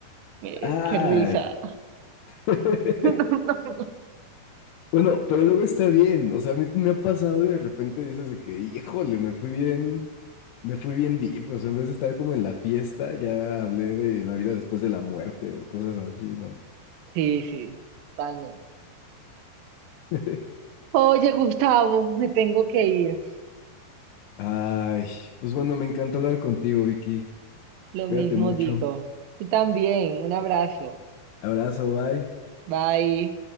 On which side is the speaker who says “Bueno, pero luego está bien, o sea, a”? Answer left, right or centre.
Left